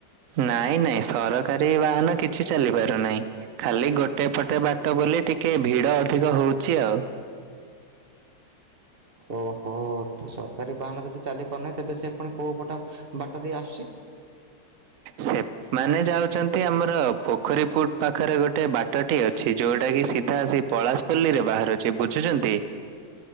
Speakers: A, on the right; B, on the right.
A: ନାଇଁ ନାଇଁ ସରକାରୀ ବାହାନ କିଛି ଚାଲି ପାରୁନାହିଁ। ଖାଲି ଗୋଟେ ପଟେ ବାଟ ବୋଲି ଟିକେ ଭିଡ଼ ଅଧିକ ହଉଛି ଆଉ।
B: ଓହୋ ସରକାରୀ ବାହାନ ଯଦି ଚାଲି ପାରୁନାହିଁ ତେବେ ସେ ପୁଣି କୋଉ ପଟ ବାଟ ଦେଇ ଆସୁଛି।
A: ସେଫ୍ ମାନେ ଯାଉଛନ୍ତି ଆମର ପୋଖରୀ ପୁଟ ପାଖରେ ଗୋଟେ ବାଟଟି ଅଛି ଯୋଉଟା କି ସିଧା ସେ ପଳାସ ପଲି ରେ ବାହାରୁଛି ବୁଝୁଛନ୍ତି?